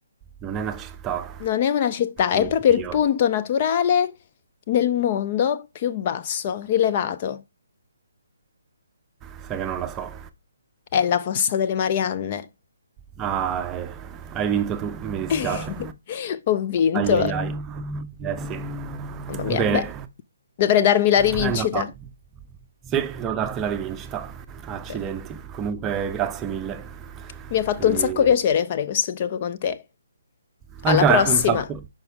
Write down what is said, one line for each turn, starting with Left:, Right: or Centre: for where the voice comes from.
Right: Non è una città.
Left: Non è una città, è
Right: Oddio,
Left: proprio il punto naturale nel mondo più basso, rilevato.
Right: sai che non la so.
Left: È la Fossa delle Marianne.
Right: Ah, eh, hai vinto tu, mi dispiace.
Left: <laughs> Ho vinto.
Right: Ai ai ai. Eh sì.
Left: Mamma mia,
Right: Bene.
Left: beh, dovrei darmi la rivincita.
Right: È andata. Sì, devo darti la rivincita. Accidenti.
Left: Beh,
Right: Comunque, grazie mille.
Left: mi ha fatto
Right: E
Left: un sacco piacere fare questo gioco con te.
Right: anche
Left: Alla prossima!
Right: a me, un sacco.